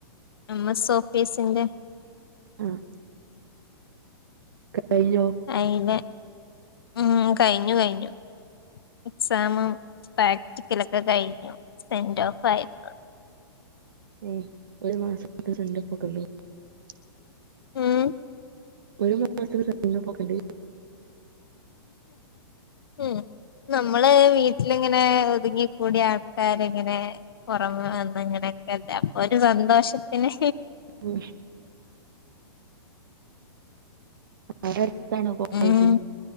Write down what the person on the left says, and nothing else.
നമ്മ സോഫേസിന്റെ.
അയില് ഉം കഴിഞ്ഞു കഴിഞ്ഞു എക്സാമ പ്രാക്ടിക്കൽ. ക്ക കഴിഞ്ഞു സെന്റ് ഓഫ് ആയിരുന്നു.
ഉം.
ഉ നമ്മള് വീട്ടിലിങ്ങനെ ഒതുങ്ങി. കൂടി ആൾക്കാർ ഇങ്ങനെ പുറമ വന്ന ഇങ്ങനെയൊക്കെ അപ്പൊ ഒരു സന്തോഷത്തിന്.
ഉം